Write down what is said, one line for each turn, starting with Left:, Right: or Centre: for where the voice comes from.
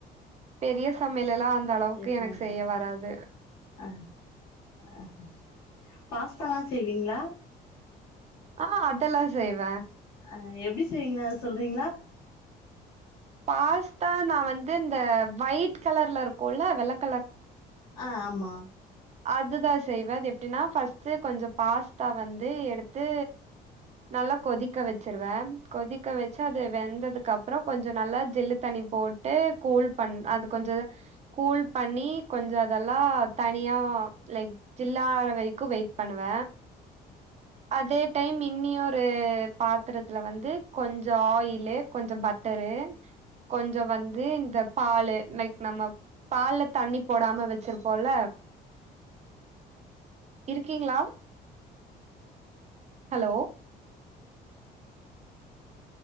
Right: பெரிய சமையல எல்லா அந்த அளவுக்கு
Left: சேரிங்க
Right: எனக்கு செய்ய வராது
Left: ஆ ஆ பாஸ்தலா செய்வீங்களா
Right: ஆஹ் அதல்லா செய்வ
Left: அ எப்டி செய்வீங்கனாது சொல்றீங்களா
Right: பாஸ்தா நா வந்து இந்த ஒயிட் கலர்ல இருக்கோல வெள்ளக்
Left: ஆ ஆமா
Right: அதுதா செய்வ எப்டின்னா ஃபஸ்ட்டு கொஞ்சோ பாஸ்தா வந்து எடுத்து நல்லா கொதிக்க வெச்சிருவ கொதிக்க வெச்சு அது வெந்ததுக்குப்புறோ கொஞ்சோ நல்லா ஜில்லு தண்ணி போட் கூல் பண் அது கொஞ்சோ கூல் பண்ணி கொஞ்சோ அதெல்லா தனியா லைக் ஜில்லாவர வரைக்கு வெயிட் பண்ணுவ அதே டைம் இன்னியோரு பாத்திரத்துல வந்து கொஞ்சோ ஆயிலு கொஞ்சோ பட்டரு கொஞ்சோ வந்து இந்த பாலு லைக் நம்ம பால்ல தண்ணி போடாம வெச்சிருப்போல இருக்கீங்களா ஹலோ